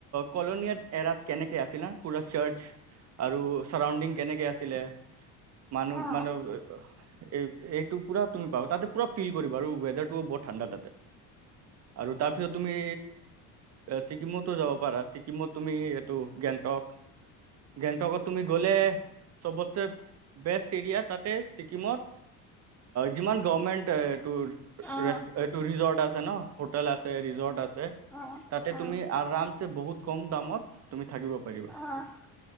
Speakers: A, on the right (about 40°); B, in the centre.
A: কলনিয়াত এৰাত কেনেকে আছিল ন' পুৰা চাৰ্চ আৰু চাৰাউণ্ডিং কেনেকে আছিলে, মানুহ
B: অ অ অ অ
A: মানে এই এইটো পুৰা তুমি পাবা তাতে পুৰা ফিল কৰিবা আৰু ৱেডাৰটোও বহুত ঠাণ্ডা তাতে। আৰু তাৰ পিছত তুমি ছিকিমতো যাব পাৰা ছিকিমত তুমি এইটো গেংটক গেংটকত তুমি গ'লে চবতকে বেষ্ট এৰিয়া তাতে ছিকিমত যিমান গভমেণ্ট এইটো
B: অ
A: ৰিজৰ্ট আছে জান হ আছে জৰ্ আছে
B: অ
A: তাতে
B: অ
A: তুমি আৰাম বহুত কম দামত তুমি থাকিব পাৰিবা
B: অঁ